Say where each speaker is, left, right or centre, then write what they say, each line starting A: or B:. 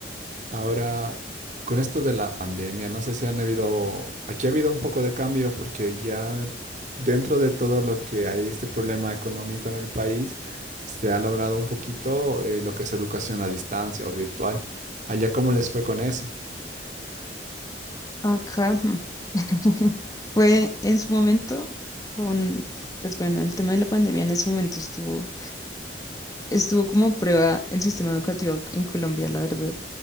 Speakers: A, on the right; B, on the left.
A: Ahora, con esto de la pandemia, no sé si han habido, aquí ha habido un poco de cambio porque ya dentro de todo lo que hay este problema económico en el país, se ha logrado un poquito eh, lo que es educación a distancia o virtual. Allá, ¿cómo les fue con eso?
B: Acá <laughs> fue en su momento con, pues bueno, el tema de la pandemia en ese momento estuvo, estuvo como a prueba el sistema educativo en Colombia, la verdad,